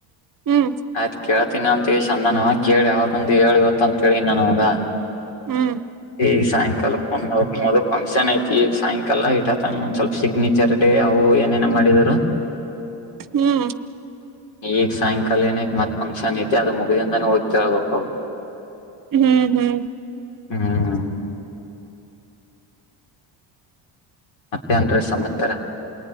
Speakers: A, on the right (about 45°); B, on the left (about 65°).
A: ಹ್ಮ್
B: ಆಯ್ತು ಕೇಳ ಿನ ಅಂತೇಳ ಚಂದಾನ ಕೇಳಿ ಯಾವ್ದಂದು ಹೇಳಿ ಗೊತ್ತ ಅಂತೇಳಿ ನಾನ ಹೋಗ
A: ಹ್ಮ್
B: ಈ ಸಾಯಂಕಾಲ ಒದು ಫಂಕ್ಷನ್ ಐತಿ ಈ ಸಾಯಂಕಾಲ ಇಟ ತನ ಒಂದ್ ಸ್ವಲ್ಪ ಸಿಗ್ನೇಚರ್ ಡೇ ಅವು ಏನೇನ ಮಾಡಿದರು
A: ಹ್ಮ್
B: ಈಗ ಸಾಯಂಕಾಲ ಏನ ಮತ್ ಫಂಕ್ಷನ್ ಐತಿ ಅದು ಮುಗ್ದಿಂದಾನೇ ಹೋಗಿ ಕೇಳ್ಬೇಕ
A: ಹ್ಮ್ ಹ್ಮ್
B: ಹ್ಮ್ ಮತ್ತೆ ಅನ್್ರೆ ಸಮಾಚರ